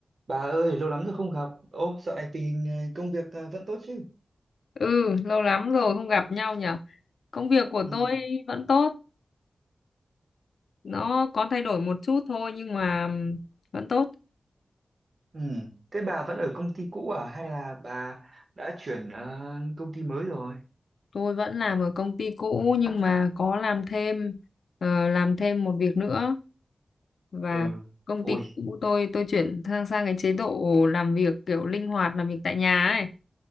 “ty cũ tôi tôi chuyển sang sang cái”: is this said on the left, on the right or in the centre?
Left